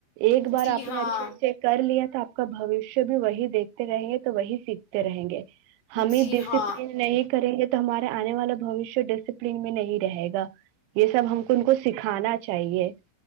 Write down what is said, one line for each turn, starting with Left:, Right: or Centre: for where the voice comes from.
Right: ایک بار
Left: جی
Right: آپ
Left: ہاں
Right: نے اچھے سے کر لیا تو آپ کا بوشیہ بھی وہی دیکھتے رہیں گے تو وہی سیکھتے رہیں گے ہمیں
Left: جی
Right: ڈسپلین
Left: ہاں
Right: نہیں کریں گے تو تو ہمارا آنے والا بوشیہ ڈسپلین میں نہیں رہے گا یہ سب ہم کو ان کو سکھانا چاہیے